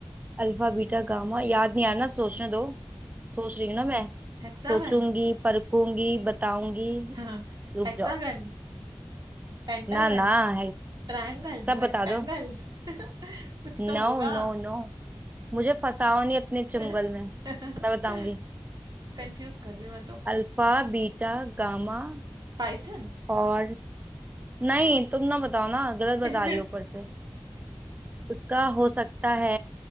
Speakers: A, on the right; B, on the right.
A: अल्फा बीटा गामा याद नहीं आ रहा ना सोचने दो सोच रही हूँ ना मैं
B: Hexagon
A: सोचूंगी परखूंगी बताऊंगी
B: <laughs>
A: रुक
B: Hexagon
A: जाओ
B: Pentagon
A: ना ना है
B: Triangle
A: सब
B: rectangle
A: बता दो
B: <laughs> कुछ तो
A: नो
B: होगा
A: नो नो मुझे फंसाओ नहीं अपने चुंगल
B: <laughs>
A: में मैं बताऊंगी
B: कंफ्यूज कर रही हूँ मैं तो
A: अल्फा बीटा गामा
B: पाइथन
A: और नहीं तुम ना बताओ ना गलत
B: <laughs>
A: बता रही हो ऊपर से उसका हो सकता है